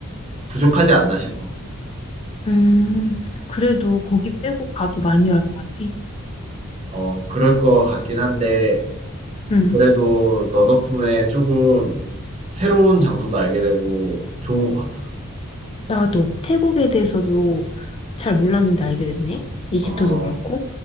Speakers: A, on the right; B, on the left.
A: 부족하지 않나 싶어.
B: 음, 그래도 거기 빼고 가도 많이 알 것 같아.
A: 어, 그럴 것 같긴 한데,
B: 응,
A: 그래도 너 덕분에 조금 새로운 장소도 알게 되고 좋은 것 같아.
B: 나도 태국에 대해서도 잘 몰랐는데 알게 됐네. 이집트도
A: 어,
B: 그렇고.